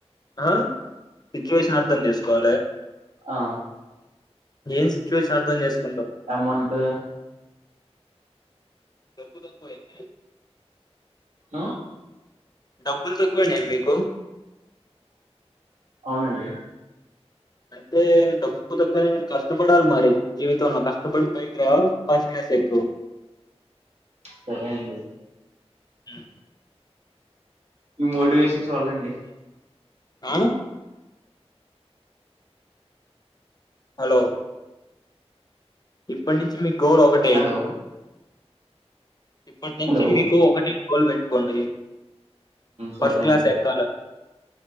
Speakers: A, on the left; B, on the right.
A: ఆ సిచ్యువేషన్ అర్థం చేసుకోవాలి
B: ఆ
A: ఏం సిచ్యువేషన్ అర్థం చేసుకోవాలి
B: ఎమంటే
A: డబ్బు తక్కువయిందీ
B: ఆ
A: డబ్బులు తక్కువైనయ మీకు
B: అవునండి
A: అంటే డబ్బు తక్కువ కష్టపడాలి మరి జీవితంలో కష్టపడి పైకి రా ఫస్ట్ క్లాస్ ఎక్కు
B: సరే అండి
A: హ్మ్
B: మోటివేషన్ చాలండి
A: ఆ హలో ఇప్పటి నుంచి మీకు గోల్ ఒకటే
B: హలో
A: ఇప్పటి నుంచి
B: హలో
A: మీకు ఒకటి గోల్ పెట్టుకోండి ఫస్ట్
B: సరే
A: క్లాస్
B: అండి
A: ఎ కాల